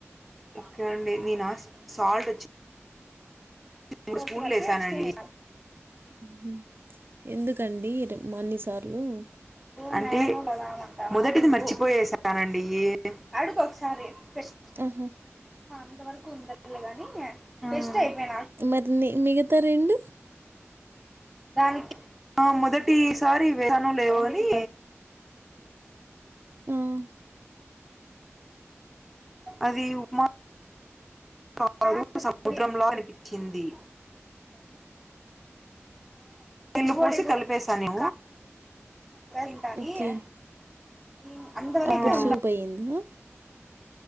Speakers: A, in the centre; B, on the right.
A: ఓకే అండి నేనా సాల్ట్ ఓచ్చి. మూడు స్పూన్లు ఏసానండి.
B: మ్మ్. ఎందుకండి రే మన్నిసార్లు.
A: అంటే మొదటిది మర్చిపోయేసానండి. ఏ అడుగు ఒకసారే ఫెష్.
B: ఆహా.
A: అంత వరకు ఉండలే గాని ఏ టెస్ట్ అయిపోయి.
B: మరి ని- మిగతా రెండు
A: డవుట్ ఆ మొదటిసారి వేసానో లేదో అనీ.
B: ఉమ్.
A: అది ఉక్మ. క సముద్రంలా అనిపించింది. నీళ్ళు పోసి కలిపేసాను. రంటాలియే
B: ఓకే
A: ఇమ్ అందారికి
B: అప్పుడు
A: ఉన్న.
B: సూప్ అయ్యిందా